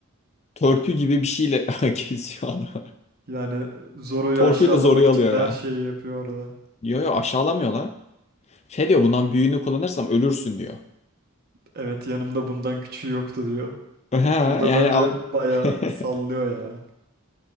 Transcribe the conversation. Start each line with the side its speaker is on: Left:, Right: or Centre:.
Left: Törpü gibi bir şeyle <laughs> kesiyor adamı.
Right: Yani Zoro'yu
Left: Torpuyla
Right: aşağılamak
Left: Zoro'yu
Right: için
Left: alıyor
Right: de
Left: ya.
Right: her şeyi yapıyor orada.
Left: Diyor ya aşağılamıyor lan. Şey diyor bundan büyüğünü kullanırsam ölürsün diyor.
Right: Evet yanımda bundan küçüğü yoktu diyor.
Left: <laughs> He, yani
Right: Burada bence
Left: al-
Right: bayağı
Left: <laughs>
Right: sallıyor ya.